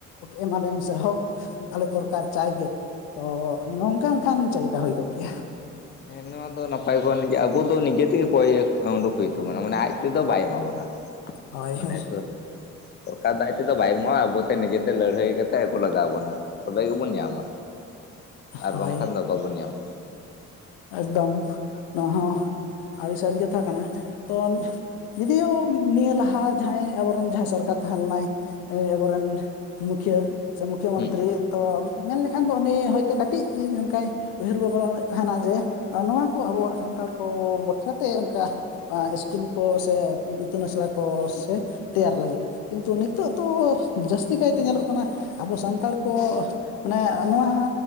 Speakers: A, on the left; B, on the left.
A: ᱮᱢᱟᱞᱮᱭᱟᱢ ᱥᱮ ᱦᱳᱠ ᱟᱞᱮ ᱫᱚᱨᱠᱟᱨ ᱪᱟᱭ ᱜᱮ ᱛᱚ ᱱᱚᱝᱠᱟᱱ ᱠᱷᱟᱱ ᱪᱮᱫ ᱞᱮᱠᱟ ᱦᱩᱭ ᱠᱚᱜ ᱠᱮᱭᱟ
B: ᱦᱮᱸ ᱱᱚᱣᱟ ᱫᱚ ᱱᱟᱯᱟᱭ ᱠᱟᱱ ᱜᱮᱭᱟ ᱟᱵᱚ ᱫᱚ ᱱᱤᱡᱮᱛᱮᱜᱮ ᱠᱚᱭ ᱩᱰᱩᱠ ᱦᱩᱭᱩᱜ ᱛᱟᱵᱚᱱᱟ ᱢᱟᱱᱮ ᱟᱡ ᱛᱮᱫᱚ ᱵᱟᱭ ᱮᱢᱟ ᱵᱚᱱᱟ <unintelligible>
A: ᱦᱳᱭ
B: ᱢᱟᱱᱮ
A: ᱦᱳᱭ
B: ᱥᱩᱨ ᱥᱚᱨᱠᱟᱨ ᱫᱚ ᱟᱡ ᱛᱮᱫᱚ ᱵᱟᱭ ᱮᱢᱚᱜᱼᱟ ᱟᱵᱚᱛᱮ ᱱᱤᱡᱮᱛᱮ ᱞᱟᱹᱲᱦᱟᱹᱭ ᱠᱟᱛᱮ ᱟᱹᱜᱩ ᱞᱟᱜᱟᱣ ᱟᱵᱚᱱᱟ ᱛᱚᱵᱮ ᱜᱮᱵᱚᱱ ᱧᱟᱢᱟ ᱟᱨ
A: ᱦᱳᱭ
B: ᱵᱟᱝᱠᱷᱟᱱ ᱫᱚ ᱵᱟᱵᱚᱱ ᱧᱟᱢᱟ
A: ᱮᱠᱫᱚᱢ ᱱᱚᱶᱟ ᱦᱚᱸ ᱟᱹᱰᱤ ᱥᱟᱹᱨᱤ ᱠᱟᱛᱷᱟ ᱠᱟᱱᱟ ᱛᱚ ᱡᱩᱫᱤᱭᱳ ᱱᱤᱭᱟᱹ ᱞᱟᱦᱟ ᱡᱟᱦᱟᱸᱭ ᱟᱵᱚᱨᱮᱱ ᱡᱟᱦᱟᱸᱭ ᱥᱚᱨᱠᱟᱨ ᱛᱟᱦᱮᱸ ᱞᱮᱱᱟᱭ ᱟᱵᱚᱨᱮᱱ ᱢᱩᱠᱷᱤᱭᱟᱹ ᱥᱮ ᱢᱩᱠᱷᱚ ᱢᱚᱱᱛᱨᱤ
B: ᱦᱮᱸ
A: ᱛᱚ ᱢᱮᱱᱞᱮᱠᱷᱟᱱ ᱫᱚ ᱩᱱᱤ ᱦᱚᱭᱛᱳ ᱠᱟᱹᱴᱤᱡ ᱚᱱᱠᱟᱭ ᱩᱭᱦᱟᱹᱨ ᱵᱷᱟᱵᱱᱟᱮᱫ ᱛᱟᱦᱮᱱᱟ ᱡᱮ ᱟᱨ ᱱᱚᱣᱟ ᱠᱚ ᱟᱵᱚᱣᱟᱜ ᱥᱟᱱᱛᱟᱲ ᱠᱚ ᱵᱟᱠᱷᱨᱟᱛᱮ ᱚᱱᱠᱟ ᱟ... ᱤᱥᱠᱩᱞ ᱠᱚ ᱥᱮ ᱤᱛᱩᱱ ᱟᱥᱲᱟ ᱠᱚ ᱥᱮ ᱛᱮᱭᱟᱨ ᱞᱟᱹᱜᱤᱫ ᱠᱤᱱᱛᱩ ᱱᱤᱛᱚᱜ ᱫᱚ ᱡᱟᱹᱥᱛᱤ ᱠᱟᱭᱛᱮ ᱧᱮᱞᱚᱜ ᱠᱟᱱᱟ ᱟᱵᱚ ᱥᱟᱱᱛᱟᱲ ᱠᱚ ᱢᱟᱱᱮ ᱱᱚᱣᱟ